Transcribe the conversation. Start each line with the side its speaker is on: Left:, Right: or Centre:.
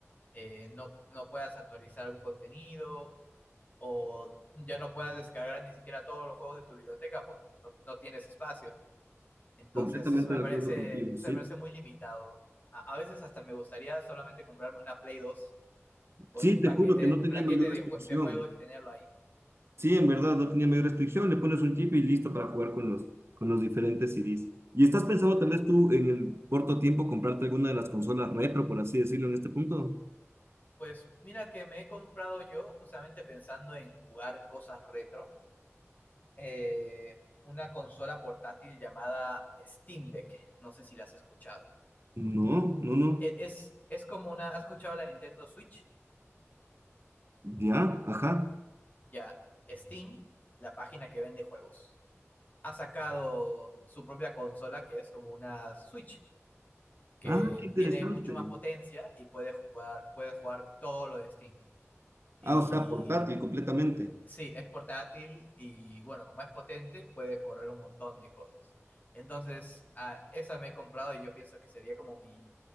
Left: eh, no, no puedas actualizar un contenido o ya no puedas descargar ni siquiera todos los juegos de tu biblioteca porque no, no tienes espacio. Entonces,
Right: completamente
Left: eso me
Right: de
Left: parece,
Right: acuerdo contigo,
Left: eso
Right: sí.
Left: me parece muy limitado. A, a veces hasta me gustaría solamente comprarme una Play 2 con
Right: Sí,
Left: un
Right: te
Left: paquete,
Right: juro que no
Left: un
Right: tenía
Left: plaquete
Right: mayor restricción.
Left: de, jue- de juegos y tenerlo ahí.
Right: Sí, en verdad, no tenía mayor restricción, le pones un chip y listo para jugar con los, con los diferentes CDs. ¿Y estás pensando tal vez tú en el corto tiempo comprarte alguna de las consolas retro, por así decirlo, en este punto?
Left: Pues mira que me he comprado yo, justamente pensando en jugar cosas retro, eh, una consola portátil llamada Steam Deck. No sé si la has escuchado.
Right: No, no, no.
Left: E- Es, es como una... ¿Has escuchado la Nintendo Switch?
Right: Ya, ajá.
Left: Ya, Steam, la página que vende juegos, ha sacado su propia consola que es como una Switch, que
Right: Ah, qué interesante.
Left: tiene mucho más potencia y puede jugar, puede jugar todo lo de Steam. Y
Right: Ah, o sea, portátil completamente.
Left: Sí, es portátil y bueno, como es potente, puede correr un montón de cosas. Entonces, ah, esa me he comprado y yo pienso que sería como mi